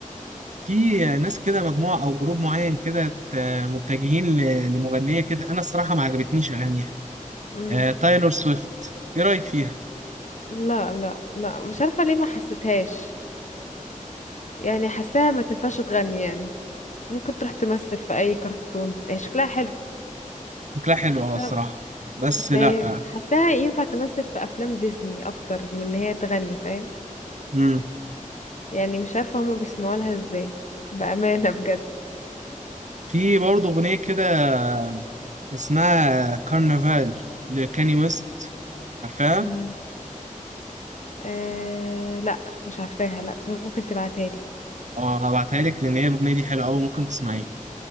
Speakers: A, on the right (about 60°); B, on the left (about 60°).
A: في ناس كده مجموعه او جروب معين كده ت- متجهين ل- لمغنيه كده انا الصراحه ما عجبتنيش اغانيها
B: مم.
A: آه، تايلور سويفت ايه رايك فيها
B: لا لا لا مش عارفه ليه ما حسيتهاش يعني حاساها ما تنفعش تغني يعني ممكن تروح تمثل في اي كرتون هي شكلها حلو
A: شكلها حلو
B: حاساها
A: اه الصراحه بس
B: بس
A: لا
B: هي حاساها ينفع تمثل في افلام ديزني اكتر من ان هي تغني فاهم
A: امم
B: يعني مش عارفه هما بيسمعوا لها ازاي بامانه بجد
A: في برضه اغنيه كده اسمها كارنفال لكاني ويست عارفاها
B: مم. أه لا مش عارفاها لا ممكن تبعتها لي
A: اه هبعتها لك لان هي الاغنيه دي حلوه قوي ممكن تسمعيها